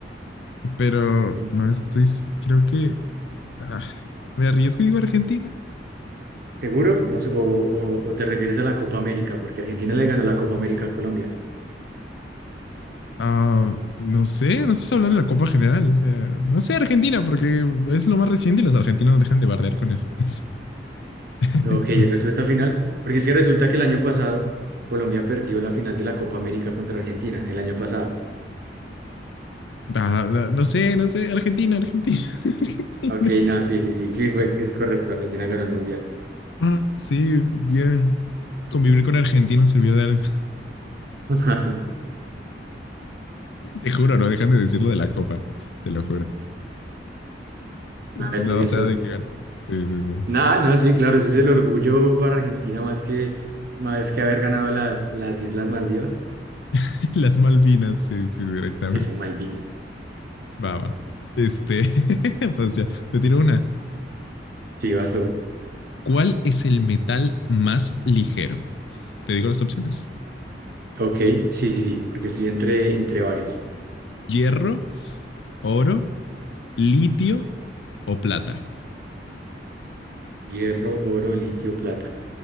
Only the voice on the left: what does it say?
Pero
no estoy, s- creo que ah, me arriesgo y digo Argentina.
Ah, no sé, no estás hablando de la Copa General. Eh, no sé, Argentina, porque es lo más reciente y los argentinos no dejan de bardear con eso. <laughs> No sé. <laughs>
No
sé.
Ah, no, no sé, no sé. Argentina, Argentina, <laughs> Argentina.
Ah, sí, bien. Convivir con argentinos sirvió de algo.
<laughs> Te juro, no dejan de decirlo de la Copa. Te lo juro.
No,
o sea, de que gan- Sí, sí, sí.
<laughs> Las Malvinas, sí, sí, directamente.
Va, va. Este, <laughs> pues ya, te tiro una.
¿Cuál es el metal más ligero? Te digo las opciones.
Hierro, oro, litio o plata.